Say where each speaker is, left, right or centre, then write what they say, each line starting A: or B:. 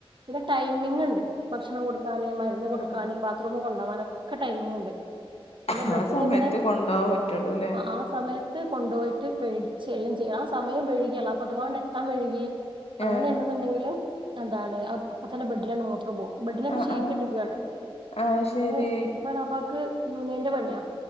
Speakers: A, on the right (about 55°); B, on the left (about 80°).
A: പിന്നെ ടൈമിംഗ ഉണ്ട് ഭക്ഷണം കൊടുക്കാന് മരുന്ന് കൊടുക്കാന്
B: ആഹ്
A: ബാത്റൂം കൊണ്ടാവാന് ഒക്കെ ടൈമിങ് ഉണ്ട് പിന്നെ
B: ആഹ്
A: ബെഡിൽ
B: ആ സമയത്ത്
A: ഇങ്ങനെ
B: കൊണ്ടോവാൻ പറ്റുള്ളൂല്ലേ
A: ആ സമയം കൊണ്ടു പോയിട്ട് കഴുകിച്ച് എല്ലാം ചെയ്യാം ആ സമയം വഴുകിയൽ അപ്പൊ അതവാ എത്താ വെഴുകി അങ്ങനൊണെന്നുണ്ടെങ്കിൽ
B: ആഹ്
A: എന്താണ് അപ്പ തന്നെ ബെഡിലാണ് മൂത്രം പോകും ബെഡിനൊക്കെ
B: ആഹ്
A: ഷീറ്റ്
B: ആഹ്
A: ഇട്ട്ക്കാണ്
B: ആഹ് ശരി
A: അത് ഇപ്പ എളപ്പാക്ക് യൂണിയന്റെ പണിയാ